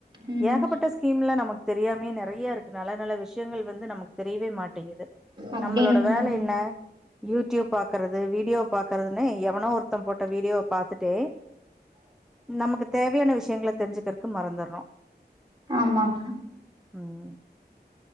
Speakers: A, on the right; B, in the centre.
A: ம்
B: ஏகப்பட்ட ஸ்கீம்ல நமக் தெரியாமையே நெறைய இருக்கு நல்ல நல்ல விஷயங்கள் வந்து நமக்கு தெரியவே மாட்டேங்குது
A: அப்டிங்களா
B: நம்மளோட வேல என்ன யூடியூப் பாக்குறது வீடியோ பாக்குறதுன்னு எவனோ ஒருத்த போட்ட வீடியோ பாத்துட்டு நமக்கு தேவையான விஷயங்கள தெரிஞ்சுக்கிறக்கு மறந்துடுறோ
A: ஆமாங்க
B: ம்